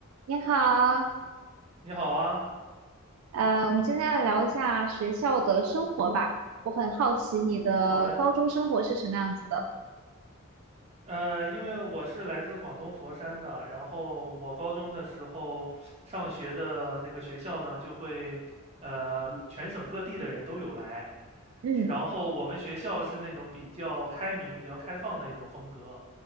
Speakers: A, on the right; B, on the right.
A: 你好，
B: 你好啊，
A: 呃，我们今天来聊一下学校的生活吧。我很好奇你的高中生活是什么样子的。
B: 好嘞。呃，因为我是来自广东佛山的，然后我高中的时候上学的那个学校呢，就会呃全省各地的人都有来，
A: 嗯，
B: 然后我们学校是那种比较开明、比较开放的一种风格。